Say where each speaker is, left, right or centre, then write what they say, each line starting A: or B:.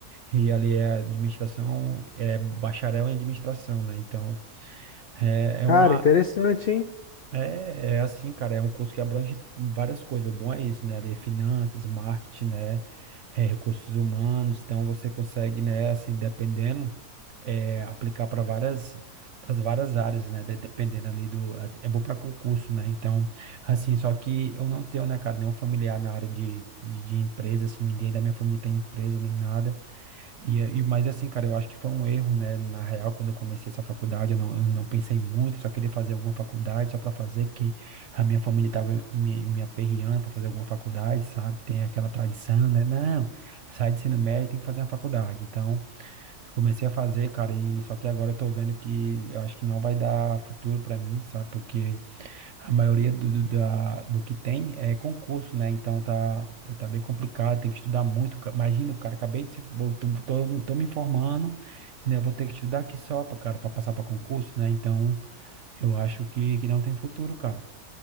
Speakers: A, on the right; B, on the left.
A: E ali é administração, é bacharel em administração, né? Então, é, é
B: Cara,
A: uma.
B: interessante, hein?
A: É, é assim, cara, é um curso que abrange várias coisas. O bom é isso, né? Ali, é finanças, marketing, né? É, recursos humanos. Então, você consegue, né, assim, dependendo, é, aplicar para várias. Para várias áreas, né? de- Dependendo ali do. É bom para concurso, né? Então, assim, só que eu não tenho, né, cara, nenhum familiar na área de, de, de empresa, assim, ninguém da minha família tem empresa nem nada. E, é- e, mas assim, cara, eu acho que foi um erro, né? Na real, quando eu comecei essa faculdade, eu não, eu não pensei muito, só queria fazer alguma faculdade, só pra fazer, que a minha família tava me, me aperreando pra fazer alguma faculdade, sabe? Tem aquela tradição, né? Não, sai do ensino médio, tem que fazer uma faculdade. Então, eu comecei a fazer, cara, e só que agora eu tô vendo que eu acho que não vai dar futuro pra mim, sabe? Porque a maioria do, do, da- do que tem é concurso, né? Então tá, tá bem complicado, tem que estudar muito. Ca- Imagina, cara, acabei de se. vou- Tô, tô, tô me informando, né? Vou ter que estudar aqui só pra, cara, pra passar pra concurso, né? Então eu acho que, que não tem futuro, cara.